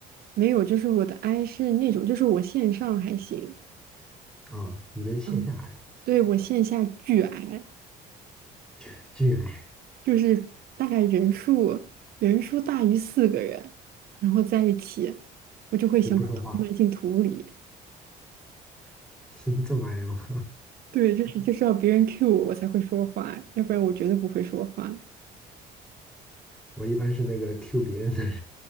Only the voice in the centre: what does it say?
啊、你就是线下
I，
巨巨 I，
就不说话了，<laughs> 是这么 I 吗？
<laughs> 我一般是那个 Q 别人的人。